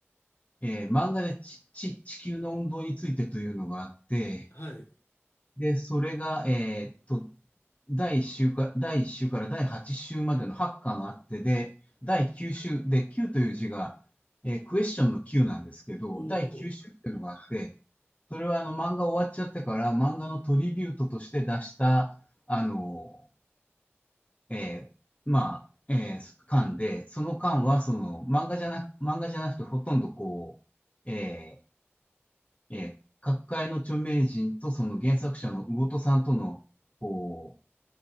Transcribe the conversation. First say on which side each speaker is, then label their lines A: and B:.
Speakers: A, on the left; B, on the left.
A: ーえー漫画でち、ち、地球の運動についてというのがあって、
B: はい。
A: で、それが、えーっと、第1週か、第1週から第8週までの8巻あって、で、第9週、で、9という字が、えークエスチョンの9なんですけど、
B: おお。
A: 第9週っていうのがあって、それはあの漫画終わっちゃってから漫画のトリビュートとして出した、あの、えーまあ、えー巻で、その巻はその漫画じゃなく、漫画じゃなくてほとんどこう、えーえー各界の著名人とその原作者の魚戸さんとの、こ